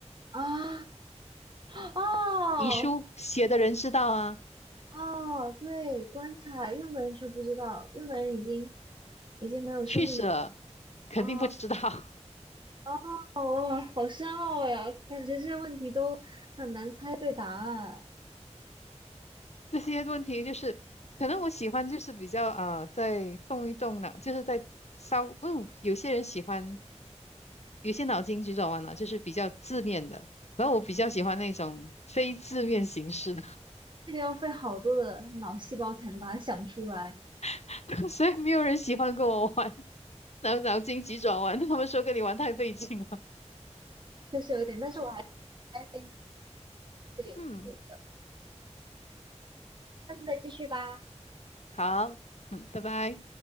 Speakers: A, on the right; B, on the left.
A: 啊，哦
B: 遗书写的人知道啊，
A: 哦，对，棺材用的人却不知道，用的人已经已经没有生命。
B: 去世了肯定不知道。
A: 哦
B: <laughs>
A: 哦，哇，好深奥呀！感觉这些问题都很难猜对答案，
B: 这些问题就是，可能我喜欢就是比较啊、呃在动一动脑，就是在稍，嗯，有些人喜欢，有些脑筋急转弯呢，就是比较字面的。然后我比较喜欢那种非字面形式的，
A: 这个要费好多的脑细胞才能把它想出来，
B: <laughs> 所以没有人喜欢跟我玩脑脑筋急转弯。他们说跟你玩太费劲了。
A: 确实有一点。但是我还是爱这个游戏，
B: 嗯，
A: 下次再继续吧。
B: 好，嗯，拜拜。